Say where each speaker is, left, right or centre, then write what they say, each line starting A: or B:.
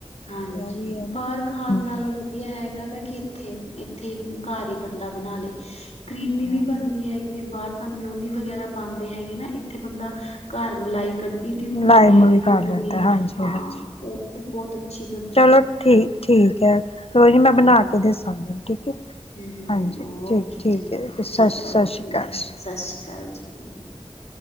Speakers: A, on the left; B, on the left.
A: ਹਾਂਜੀ
B: ਇਹ ਵੀ ਹੈ ਨਾ
A: ਬਾਹਰ ਖਾਣ
B: ਹਾਂਜੀ
A: ਨਾਲੋਂ ਵਧੀਆ ਹੈਗਾ ਵਾ ਕਿ ਇੱਥੇ ਇੱਥੇ ਹੀ ਘਰ ਹੀ ਬੰਦਾ ਬਣਾ ਲਏ ਕਰੀਮੀ ਵੀ
B: ਹਾਂਜੀ
A: ਬਣਦੀ ਹੈਗੀ ਹੈ ਬਾਹਟ ਤਾਂ ਮਿਉਨੀ ਵਗੈਰਾ ਪਾਉਂਦੇ ਹੈਗੇ ਨਾ ਇੱਥੇ ਬੰਦਾ ਘਰ ਮਲਾਈ ਕੱਢ ਦੀ ਹੁੰਦੀ
B: ਮਲਾਈ ਮਲੂਈ
A: ਹੈਗੀ
B: ਕਰ
A: ਦੁੱਧ
B: ਲੈਂਦਾ
A: ਦੀ
B: ਹਾਂਜੀ
A: ਹਾਂ
B: ਹਾਂਜੀ
A: ਉਹ ਬਹੁਤ ਅੱਛੀ
B: ਚਲੋ ਠੀਕ ਠੀਕ ਹੈ ਕੋਈ ਨਹੀਂ ਮੈਂ
A: ਹ
B: ਬਣਾ
A: ਹ
B: ਕੇ ਦੱਸਾਂਗੀ ਠੀਕ ਹੈ
A: ਹ ਹ ਹ
B: ਹਾਂਜੀ ਠੀਕ
A: ਓਕੇ
B: ਠੀਕ
A: ਚਲੋ
B: ਹੈ ਸਤਿ
A: ਠੀਕ
B: ਸਤਿ
A: ਹੈ ਓਕੇ
B: ਸ਼੍ਰੀ ਅਕਾਲ
A: ਸਤਿ ਸ੍ਰੀ ਅਕਾਲ ਜੀ